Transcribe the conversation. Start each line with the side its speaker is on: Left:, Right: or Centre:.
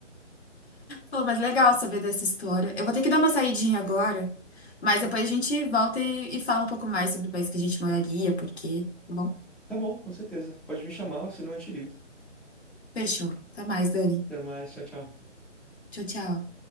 Left: Pô, mas legal saber dessa história. Eu vou ter que dar uma saidinha agora, mas depois a gente volta e, e fala um pouco mais sobre o país que a gente moraria, por quê, tá bom?
Centre: Tá bom, com certeza. Pode me chamar, senão eu te ligo.
Left: Fechou. Até mais, Dani.
Centre: Até mais, tchau, tchau.
Left: Tchau, tchau.